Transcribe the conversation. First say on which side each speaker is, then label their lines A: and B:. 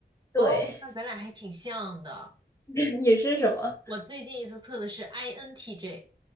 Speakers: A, on the left; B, on the right.
A: 对，
B: 哦，那咱俩还挺像的。
A: <laughs> 你是什么
B: 我最近一次测的是 INTJ，